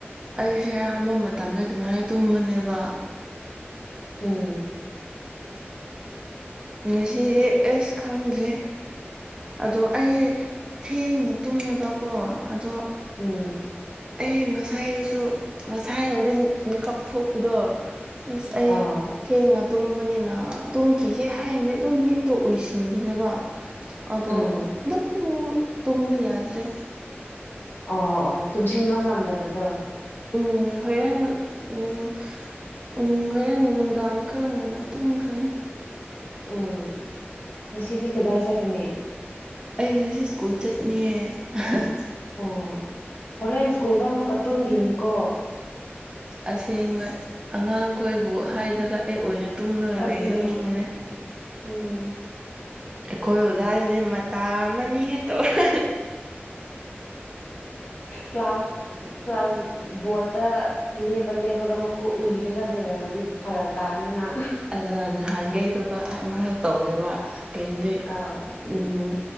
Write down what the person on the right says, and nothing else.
ꯑꯩꯁꯦ ꯑꯌꯥꯝꯕ ꯃꯇꯝꯗ ꯑꯗꯨꯃꯥꯏ ꯇꯨꯝꯕꯅꯦꯕ
ꯉꯁꯤꯗꯤ ꯑꯁ ꯈꯪꯗ꯭ꯔꯦ ꯑꯗꯣ ꯑꯩ ꯊꯦꯡꯅ ꯇꯨꯝꯃꯦꯕꯀꯣ ꯑꯗꯣ
ꯑꯩ ꯉꯁꯥꯏꯗꯨꯁꯨ ꯉꯁꯥꯏ ꯅꯨꯡꯗꯤꯟ ꯃꯤꯀꯞ ꯊꯣꯛ ꯑꯗꯣ ꯏꯁ ꯑꯩ
ꯊꯦꯡꯅ ꯇꯨꯝꯕꯅꯤꯅ ꯇꯨꯝꯈꯤꯒꯦ ꯍꯥꯏꯅꯗꯤ ꯑꯗꯨꯝ ꯃꯤꯠꯇꯣ ꯎꯏꯁꯤꯟꯕꯅꯦꯕ ꯑꯗꯣ
ꯑꯗꯨꯝ ꯇꯨꯝꯕ ꯌꯥꯗ꯭ꯔꯦ
ꯎꯝ ꯍꯣꯔꯦꯟ ꯎꯝ ꯎꯝ ꯍꯣꯔꯦꯟ ꯅꯨꯡꯗꯥꯡ ꯈꯔ ꯉꯟꯅ ꯇꯨꯝꯈ꯭ꯔꯅꯤ
ꯑꯩ ꯉꯁꯤ ꯁ꯭ꯀꯨꯜ ꯆꯠꯅꯤꯌꯦ ꯑꯍꯥ ꯍꯥ
ꯑꯁꯦꯡꯕ ꯑꯉꯥꯡꯈꯣꯏꯕꯨ ꯍꯥꯏꯔꯒ ꯑꯩ ꯑꯣꯏꯅ ꯇꯨꯝꯂꯒ
ꯂꯩꯗꯣꯏ ꯃꯥꯜꯂꯦ
ꯑꯩꯈꯣꯏ ꯑꯣꯖꯥꯁꯤꯗꯤ ꯃꯇꯥ ꯑꯃꯅꯤꯍꯦ ꯇꯧꯔ
ꯑꯗꯨꯅ ꯅꯍꯥꯟꯒꯩꯗꯨꯀꯣ ꯐꯥꯏ ꯃꯔꯛ ꯇꯧꯋꯦꯕ ꯀꯩꯗꯤ
ꯎꯝ